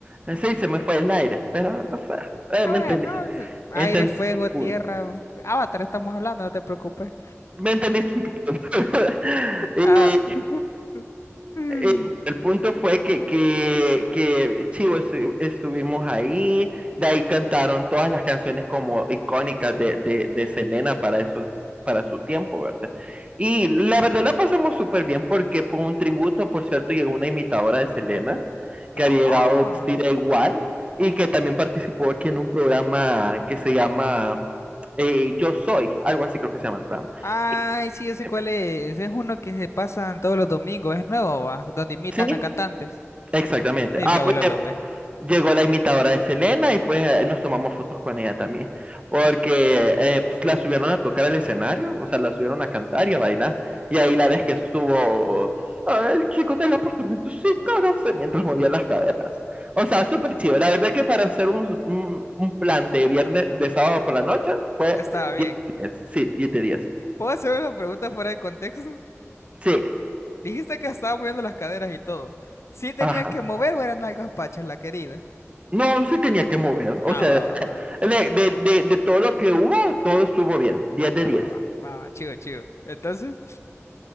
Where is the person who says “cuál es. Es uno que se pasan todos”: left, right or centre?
Left